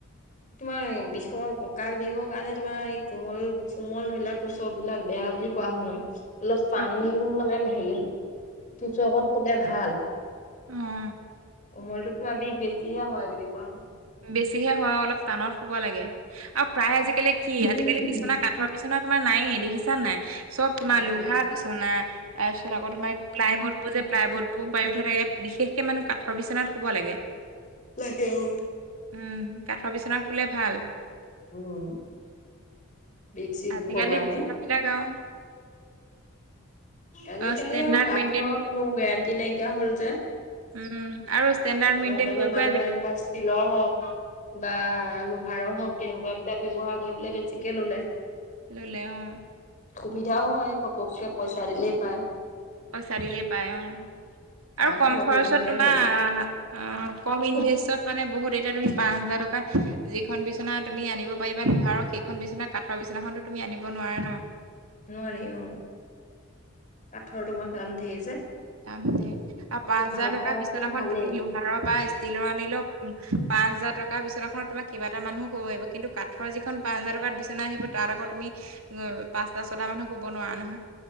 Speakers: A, on the left; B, on the right.
A: তোমাৰ বিষৰ ককাল বিষৰ কাৰণে তোমাৰ এই কোমল কোমল ধৰিলা টোচক বিলাক বেয়া। বেয়া বুলি কোৱা শুনো। অলপ টান
B: অ
A: মানে হেৰি তুচকত শুলে ভাল।
B: অ
A: কোমলটো তোমাৰ বিষ বেছিহে হয় বুলি কোৱা শুনো
B: বেছিহে হয় অলপ টানত শুব লাগে। আৰু প্ৰায় আজিকালি কি আজিকালি
A: শুনো
B: বিছনা কাঠৰ বিছনা তোমাৰ নাইয়ে দেখিছা নাই চব তোমাৰ
A: নাই
B: লোহ লোহা বিছনা তাৰপিছত আকৌ তোমাৰ প্লাই বৰ্ড বোৰ যে প্লাইবৰ্ডবোৰ পাৰি থোৱা থাকে বিশেষ কে মানুহ কাঠৰ বিচনাত শুব লাগে।
A: লাগে অ।
B: উম কাঠৰ বিচনা শুলে ভাল।
A: উম বিষ চিক
B: আজিকালি
A: বোহৰ কাৰণেও।
B: বিচনাবিলাক আৰু
A: আজিকালি
B: অ ষ্টেণ্ডাৰ্ড
A: আৰু কাঠৰ
B: মেইনটেইন
A: কোনো গেৰাণ্টি নাইকিয়া হ'ল যে।
B: উম। আৰু
A: অ
B: ষ্টেণ্ডাৰ্ড মেইনটেইন
A: সেইকাৰণে
B: কৰি
A: মানুহে
B: কৰি আজিকালি
A: একোৱা ষ্টিলৰ হওঁক বা- ভাড় হওঁক তেনেকুৱা বিলাক ব্যৱহাৰ কৰিবলে বেছিকে ল'লে।
B: ল'লে অ।
A: সুবিধাও হয় ঘপককে পইচা দিলেই পায়।
B: পইচা দিলে পায় অ
A: কাঠবোৰ
B: আৰু কম
A: আকৌ
B: খৰচত
A: ঘূণে
B: তোমাৰ
A: ধৰে
B: অ কম
A: নোৱাৰি
B: ইনভেইচত মানে বহু এতিয়া তুমি পাচ হাজাৰ টকাত যিখন বিচনা তুমি আনিব পাৰিবা লোহাৰৰ সেইখন বিচনা কাঠৰ বিচনাখন তো তুমি- আনিব নোৱাৰা ন।
A: নোৱাৰি অ কাঠৰ তোমাৰ দাম ধেৰ যে।
B: দাম ধেই আৰু
A: আকৌ
B: পাঁচ হাজাৰ
A: ভাল
B: টকাৰ
A: কাঠ
B: বিচনাখন
A: দিলে ভালেই
B: তুমি লোহাৰৰ বা ষ্টিলৰ আনিলে পাঁচ হাজাৰ টকাৰ বিচনাখনত তোমাক কেইবাটা মানুহ শুব পাৰিব কিন্ত কাটৰ যিখন পাঁচ হাজাৰ টকাৰ বিচনা আহিব তাৰ আকৌ তুমি পাঁচটা ছটা মানুহ শুব নোৱাৰ নহয়।